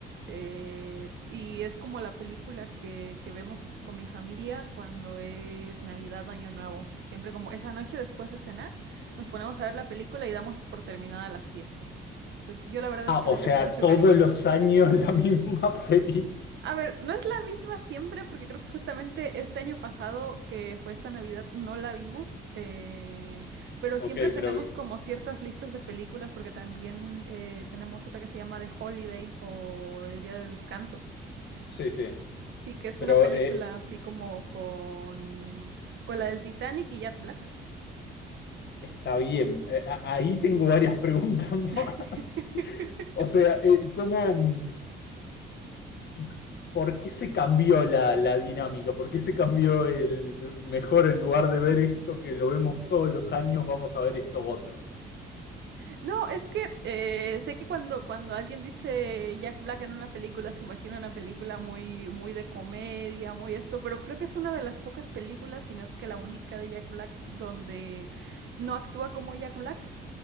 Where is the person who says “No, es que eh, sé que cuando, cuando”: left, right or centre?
Right